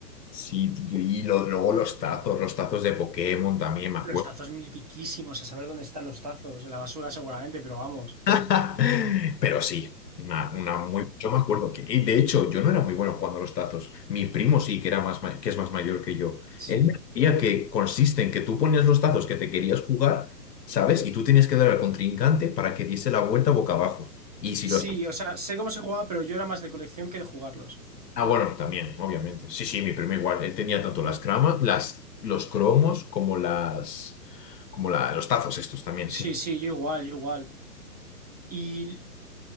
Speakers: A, on the left (about 80°); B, on the right (about 25°).
A: Sí, tío, y lo- luego los tazos, los tazos de Pokémon también, me acuerdo.
B: Los tazos mitiquísimos, a saber dónde están los tazos, en la basura seguramente, pero vamos.
A: <laughs> Pero sí, una, una muy, yo me acuerdo que, y de hecho, yo no era muy bueno jugando a los tazos. Mi primo sí, que era más, ma- que es más mayor que yo.
B: Sí.
A: Él me decía que consiste en que tú ponías los tazos que te querías jugar, ¿sabes? Y tú tenías que dar al contrincante para que diese la vuelta boca abajo. Y si los...
B: Sí, o sea, sé cómo se jugaba, pero yo era más de colección que de jugarlos.
A: Ah, bueno, también, obviamente. Sí, sí, mi primo igual. Él tenía tanto las cramas, las, los cromos como las, como la, los tazos estos también,
B: Sí,
A: sí.
B: sí, yo igual, yo igual. Y